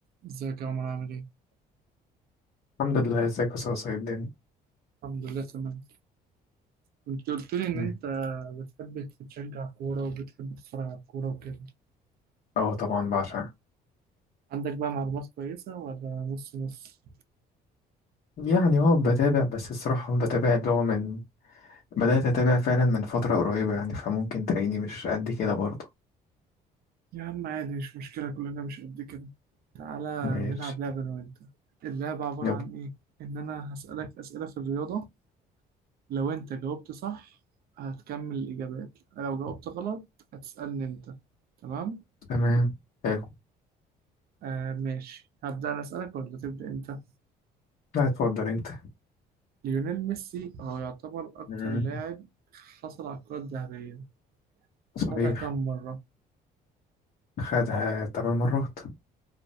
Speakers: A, on the right (about 65°); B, on the left (about 55°).
A: ازيك يا عمر عامل ايه؟
B: الحمد لله ازيك يا صاصة ايه الدنيا
A: الحمد لله تمام كنت قلت لي ان
B: مم.
A: انت بتحب تشجع كورة وبتحب تتفرج على الكورة وكده
B: اه طبعا بعشقها
A: عندك بقى معلومات كويسة ولا نص نص؟
B: يعني اه بتابع بس الصراحة بتابع اللي هو من بدأت أتابع فعلا من فترة قريبة يعني فممكن تلاقيني مش قد كده برضه
A: يا عم عادي مش مشكلة كلنا مش قد كده تعالى
B: ماشي
A: نلعب لعبة انا وانت اللعبة عبارة
B: يلا
A: عن ايه؟ ان انا هسألك اسئلة في الرياضة لو انت جاوبت صح هتكمل الاجابات لو جاوبت غلط هتسألني انت تمام؟
B: تمام حلو
A: آه ماشي هبدأ انا اسألك ولا تبدأ انت؟
B: لا اتفضل انت
A: ليونيل ميسي هو يعتبر أكتر
B: مم.
A: لاعب حصل على الكرة الذهبية
B: صحيح
A: خدها كم مرة؟
B: خدها تمن مرات